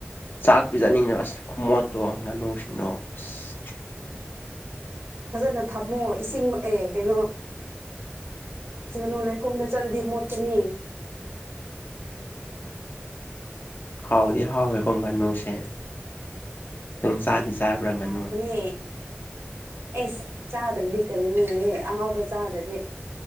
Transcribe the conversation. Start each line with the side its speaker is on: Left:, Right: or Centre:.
Left: ꯆꯥꯛ ꯄꯤꯖꯅꯤꯡꯤꯅ ꯑꯁ ꯈꯨꯃꯣꯠꯇꯣ ꯉꯥꯅꯨꯁꯤꯡꯅꯣ ꯑꯁ
Right: ꯐꯖꯅ ꯊꯝꯃꯣ ꯏꯁꯤꯡ ꯑꯦ ꯀꯩꯅꯣ ꯉꯥꯅꯨ ꯂꯩꯈꯣꯝꯗ ꯆꯠꯂꯗꯤ ꯃꯣꯠꯀꯅꯤ
Left: ꯍꯥꯎꯗꯤ ꯍꯥꯎꯋꯦꯀꯣꯡ ꯉꯥꯅꯨꯁꯦ ꯅꯪ ꯆꯥꯗꯤ ꯆꯕꯔꯒꯅꯨ
Right: ꯍꯥꯎꯕꯅꯦ ꯑꯦꯁ ꯆꯥꯗ꯭ꯔꯗꯤ ꯀꯔꯤꯅꯣꯍ ꯑꯍꯥꯎꯕ ꯆꯥꯗ꯭ꯔꯗꯤ